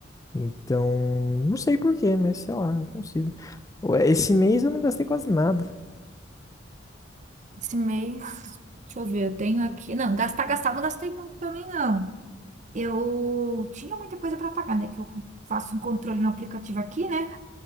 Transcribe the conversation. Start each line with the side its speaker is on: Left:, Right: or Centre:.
Left: Então, não sei por quê, mas sei lá, eu consigo. Ué, Esse mês eu não gastei quase nada.
Right: Esse mês, deixa eu ver, eu tenho aqui. Não, gastar, gastar, não gastei muito também, não. Eu tinha muita coisa para pagar, né? Que eu faço um controle no aplicativo aqui, né?